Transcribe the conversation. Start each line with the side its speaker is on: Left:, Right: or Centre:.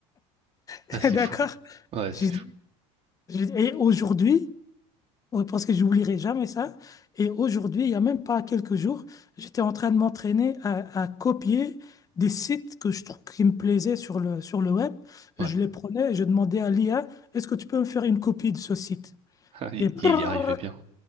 Left: <laughs>
Right: Ah, c'est
Left: D'accord?
Right: fou. Ouais,
Left: J'ai
Right: c'est
Left: dit-
Right: fou.
Left: j'ai dit, et aujourd'hui, ouais, parce que j'oublierai jamais ça, et aujourd'hui, il y a même pas quelques jours, j'étais en train de m'entraîner à, à copier des sites que je trouve qui me plaisaient sur le, sur le web.
Right: Ouais.
Left: Je les prenais et je demandais à l'IA, est-ce que tu peux me faire une copie de ce site?
Right: Ah, Il
Left: Et, prrr,
Right: il y arrivait bien.